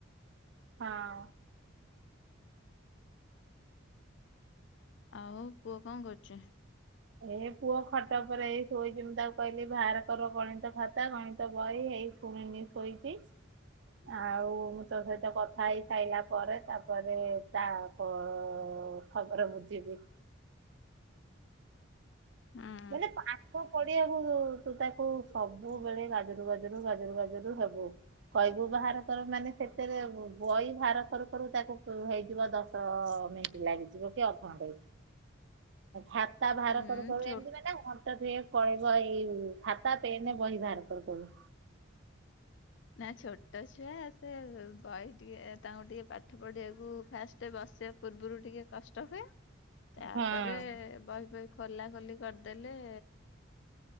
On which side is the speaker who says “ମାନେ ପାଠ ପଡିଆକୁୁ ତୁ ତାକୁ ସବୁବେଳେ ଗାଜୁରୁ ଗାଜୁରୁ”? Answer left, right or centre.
Right